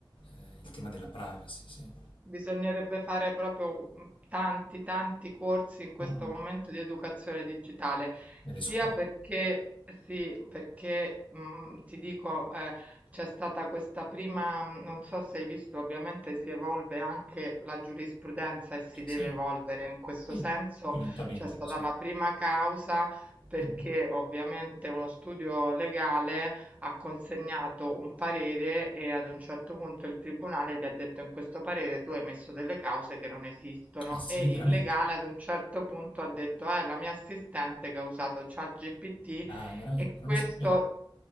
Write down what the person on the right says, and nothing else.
Bisognerebbe fare proprio mh, tanti, tanti corsi in questo
momento di educazione digitale,
sia
perché sì, perché mh, ti dico, eh, c'è stata questa prima, mh, non so se hai visto, ovviamente si evolve anche la giurisprudenza e si deve
evolvere in questo
senso,
c'è stata
la prima causa perché
ovviamente uno studio legale ha consegnato un parere e ad un certo punto il tribunale gli ha detto in questo parere tu hai messo delle cause che non esistono
e
il legale ad un certo punto ha detto è la mia assistente che ha usato ChatGPT
e
questo